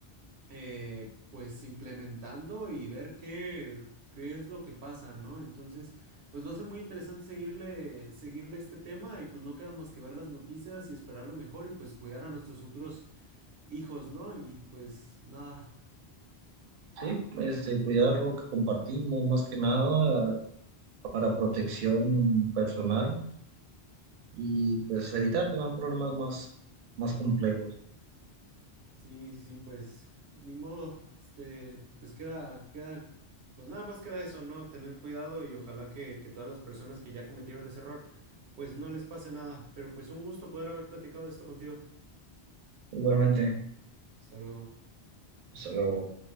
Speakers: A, on the right; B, on the right.
A: eh, pues implementando y ver qué, qué es lo que pasa, ¿no? Entonces, pues va a ser muy interesante seguirle, seguirle este tema y pues no queda más que ver las noticias y esperar lo mejor y pues cuidar a nuestros futuros hijos, ¿no? Y pues nada,
B: Sí, este, cuidar lo que compartimos más que nada para protección personal y pues evitar tener problemas más, más complejos.
A: sí, sí, sí, pues ni modo, este, pues queda, queda, pues nada más queda eso, ¿no? Tener cuidado y ojalá que, que todas las personas que ya cometieron ese error, pues no les pase nada, pero pues un gusto poder haber platicado esto contigo.
B: Igualmente.
A: Hasta luego.
B: Hasta luego.